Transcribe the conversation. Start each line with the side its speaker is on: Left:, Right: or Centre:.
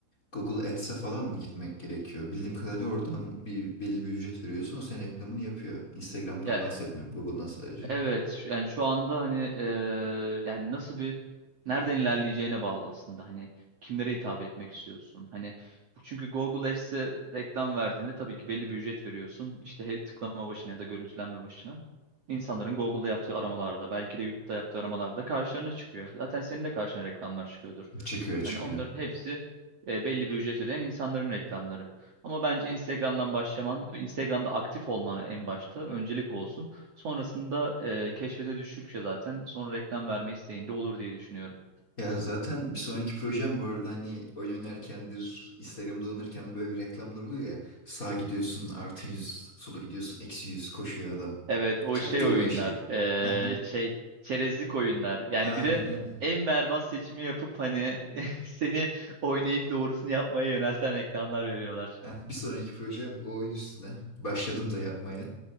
Left: Google Ads'e falan mı gitmek gerekiyor? Bildiğim kadarıyla oradan bir belli bir ücret veriyorsun. O senin reklamını yapıyor. Instagram'dan
Right: Ya
Left: bahsetmiyorum, Google'dan sadece.
Right: Evet, şu- yani şu anda hani eee, yani nasıl bir nereden ilerleyeceğine bağlı aslında. Hani kimlere hitap etmek istiyorsun? Hani bu çünkü Google Ads'e reklam verdiğinde tabii ki belli bir ücret veriyorsun. İşte he- tıklama başına ya da görüntülenme başına. İnsanların Google'da yaptığı aramalarda, belki de YouTube'da yaptığı aramalarda karşılarına çıkıyor. Zaten senin de karşına reklamlar çıkıyordur.
Left: Çıkıyor çıkıyor.
Right: Hani onların hepsi e, belli bir ücret ödeyen insanların reklamları. Ama bence Instagram'dan başlaman, Instagram'da aktif olman en başta öncelik olsun. Sonrasında e, keşfete düştükçe zaten sonra reklam verme isteğinde olur diye düşünüyorum.
Left: Ya zaten bir sonraki projem bu arada hani oyun oynarkendir, Instagram'da oynarken böyle bir reklamlar oluyor ya. Sağa gidiyorsun artı 100, sola gidiyorsun eksi yüz koşuyor adam.
Right: Evet o
Left: Çaktın
Right: şey oyunlar
Left: mı o işi? <laughs>
Right: e, şey çerezlik oyunlar yani
Left: Aynen.
Right: bir de en berbat seçimi yapıp hani <laughs> seni oynayıp doğrusunu yapmaya yönelten reklamlar veriyorlar.
Left: Heh, bir sonraki projem o oyun üstüne. Başladım da yapmaya.